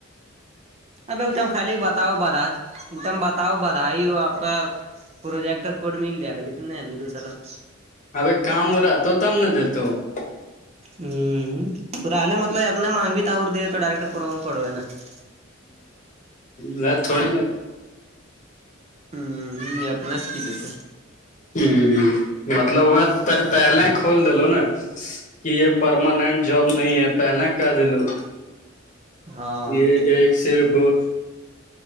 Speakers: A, on the right; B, on the left.
A: <inaudible> <inaudible>
B: <inaudible>
A: <inaudible>
B: میں تھوڑی
A: ہوں یہ اپنے سے کی دیتے
B: ہ ہ مطلب وہ پہلے کھول دلو نا کہ یہ پرماننٹ جاب نہیں ہے پہلے کہ دے لو
A: ہاں
B: یہ ایک صرفس